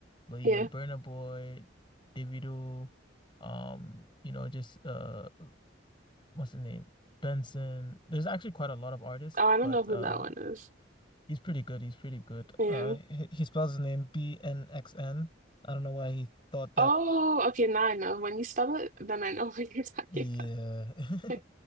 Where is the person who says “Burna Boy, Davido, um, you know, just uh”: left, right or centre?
Left